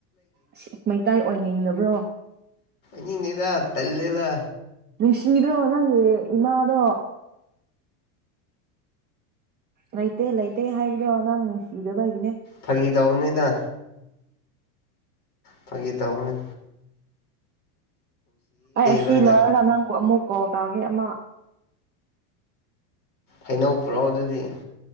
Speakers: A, on the right; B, on the left.
A: ꯑ ꯑ ꯃꯩꯇꯥꯏ ꯑꯣꯏꯅꯤꯡꯗꯕ꯭ꯔꯣ
B: ꯅꯤꯉꯗ ꯇꯂꯦꯗ
A: ꯁꯤꯗꯣꯅꯦ ꯏꯃꯥꯗꯣ ꯂꯩꯇꯦ ꯂꯩꯇꯦ ꯍꯥꯏꯕꯗꯣ ꯅꯪ ꯅꯨꯡꯁꯤꯗꯕꯒꯤꯅꯦ
B: ꯐꯥꯒꯤ ꯇꯧꯕꯅꯤꯗ ꯐꯒꯤ ꯇ ꯍꯅꯦ
A: ꯑꯩ ꯑꯁꯤ
B: ꯂꯣꯏꯅ
A: ꯂꯣꯏꯔꯒ ꯅꯪꯕꯨ ꯑꯃꯨꯛ ꯀꯣꯜ ꯇꯧꯔꯒꯦ ꯑꯃ
B: ꯍꯩꯅꯧ ꯄꯨ꯭ꯔꯣ ꯑꯗꯨꯗꯤ